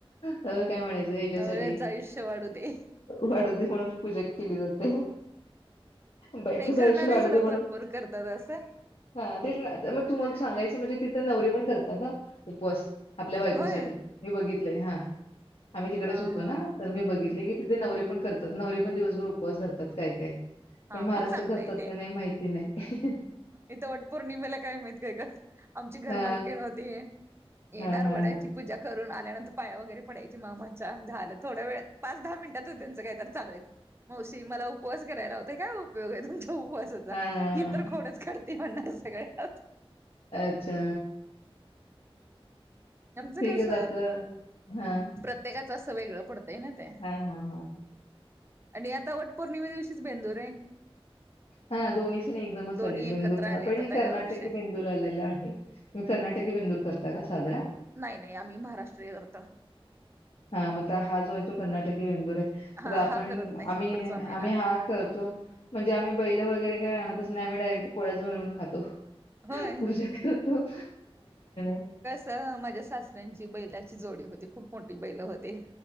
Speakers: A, on the left; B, on the right.
A: अ काय म्हणायच हेच्यासाठी
B: नवऱ्याचं आयुष्य वाढू दे
A: वाढू दे म्हणून पूजा केली जाते. बायकोच
B: नाही करणारे
A: आयुष्य वाढू
B: जण
A: दे म्हणून
B: भरपूर करतात अस
A: हा तेच ना मग तुम्हाला सांगायच म्हणजे तिथ नवरे पण करतात हा उपवास आपल्या बायकोसाठी
B: होय
A: मी बघितलय हां आम्ही तिकडेच
B: हा
A: होतो
B: हा
A: ना. तर मी बघितलय की तिथे नवरे पण करातात नवरे पण दिवसभर उपवास धरतात काय काय.
B: हा
A: पण महाराष्ट्रात
B: मग चांगलं
A: धरतात
B: येते
A: का नाही माहिती नाही.
B: इथं वट पौर्णिमेला काही माहित काय करतात आमची घर
A: हा
B: मालकीन होती येणार
A: हा हा
B: वडाची पूजा करून आल्यानंतर पाया वगैरे पडायची मामांच्या झाल थोड्या वेळात पाच दहा मिनिटातच त्यांच काय तर चालू व्हायच. मावशी मला उपवास कराय लावता ते काय उपयोग आहे तुमच्या उवासाचा
A: हा हा
B: ही तर खोडच काढते म्हणणार सगळ्यात.
A: अच्छा
B: आमच
A: ठीकच
B: कस
A: आता हा
B: प्रत्येकाच अस वेगळ पडतय ना ते.
A: हां हां हां
B: आणि आता वट पौर्णिमेच्या दिवशीच बेंदूर आहे.
A: हा दोन्ही सण एकदमच
B: दोन्ही
A: आलेत बेंदूर
B: एकत्र
A: पण.
B: आलेत
A: पण हे
B: आता
A: कर्नाटकी
B: ह्या वर्षी
A: बेंदूर <unintelligible> आहे तुम्ही कर्नाटकी बेंदूर करता का साजरा?
B: नाही नाही आम्ही महाराष्ट्रीय करतो.
A: हा मग हा जो आहे तो कर्नाटकी बेंदुर आहे
B: हा
A: आता आपण
B: हा करत नाही
A: आम्ही
B: पुढचा महिना
A: आम्ही हा कर म्हणजे आम्ही बैल वगैरे काय आणतच नाही आम्ही डायरेक्ट पोळ्याच बनवून खातो.
B: होय
A: पूजा करतो <unintelligible>
B: तर माझ्या सासऱ्यांची बैलाची जोडी होती खूप मोठी बैल होती.